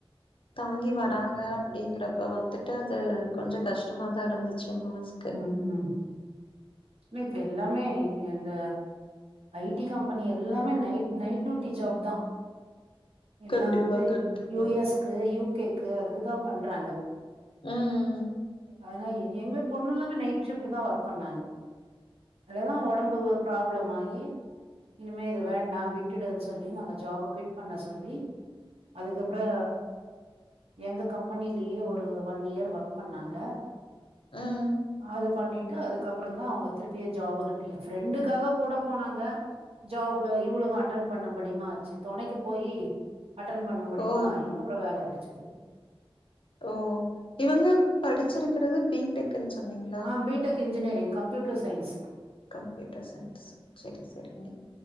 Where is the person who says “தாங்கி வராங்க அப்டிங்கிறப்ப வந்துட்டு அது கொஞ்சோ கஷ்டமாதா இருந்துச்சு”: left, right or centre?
Left